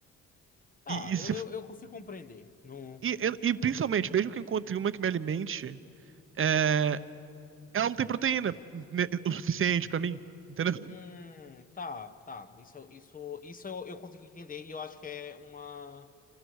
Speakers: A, on the left; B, on the right.
A: Tá,
B: E, e, se,
A: eu, eu, eu consigo compreender. No,
B: e- e, principalmente,
A: no,
B: mesmo que eu encontre uma que me alimente, é, ela não tem proteína ne- o suficiente pra mim, entendeu? <laughs>
A: hum, tá, tá. Isso, isso, isso eu, eu consigo entender e eu acho que é uma,